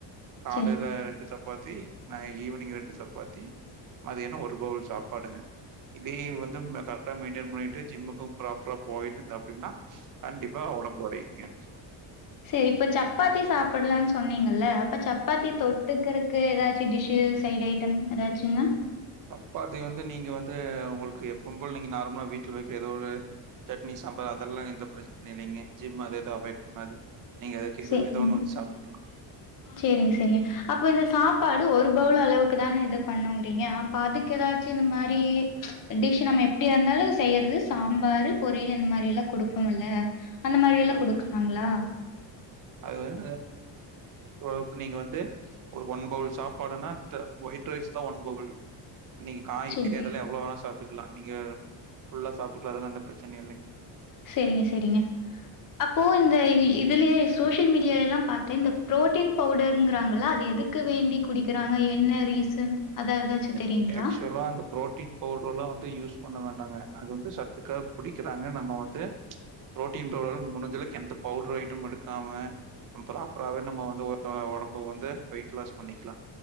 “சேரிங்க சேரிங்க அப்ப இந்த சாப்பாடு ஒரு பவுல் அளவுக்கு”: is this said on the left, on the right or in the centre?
Left